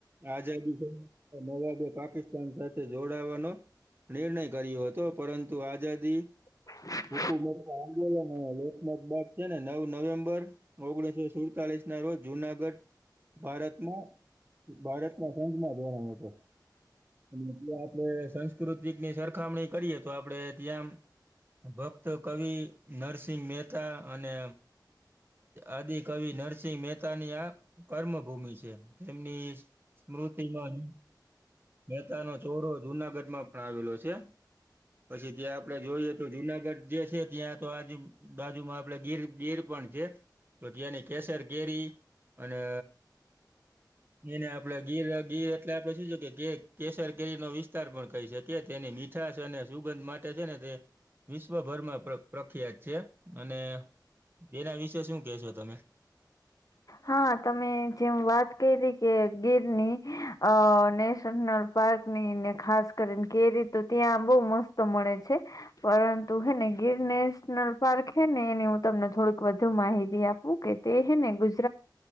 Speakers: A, on the right (about 30°); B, on the left (about 50°).
A: આઝાદી પછી નવાબે પાકિસ્તાન સાથે જોડાવાનો નિર્ણય કર્યો હતો પરંતુ આઝાદી
B: <unintelligible>
A: હુકુમટ આંદોલન લોકમત બાદ છે ને નવ નવેમ્બર ઓગણીસો સુડતાલીસ ના રોજ જુનાગઢ ભારતમાં ભારત માં સંસમાં જોના તો. એટલે આપણે સંસ્કૃતિકની સરખામણી કરીએ તો આપડે ત્યાં ભક્ત કવિ નરસિંહ મહેતા અને આદ <unintelligible> કવિ નરસિંહ મહેતા ની આ કર્મ ભૂમિ છે તેમની સ્મૃતિમાં મહેતાનો ચોડો જુનાગઢમાં પણ આવેલો છે. પછી ત્યાં આપડે જોઈએ તો જુનાગઢ જે છે ત્યાં તો આજ બાજુમાં આપડે ગીર ગીર પણ છે. તો ત્યાંની કેસર કેરી અને ત્યાં ને આપડે ગીર <unintelligible> એટલે આપણે શું છે કે કેસર કેરીનો વિસ્તાર પણ કહી શકી તેની મીઠાશ અને સુગંધ માટે છે ને તે વિશ્વભરમાં પ્ર પ્રખ્યાત છે અને તેના વિશે શું કેહેશો તમે.
B: હા તમે જેમ વાત કરી કે ગીરની અ નેશનલ પાર્ક ની ને ખાસ કરીને કેરી તો ત્યાં બહું મસ્ત મળે છે. પરંતુ હે ને ગીર નેશનલ પાર્ક હે ને એની હું તમને થોડીક વધુ માહિતી આપું કે તે હેને ગુજ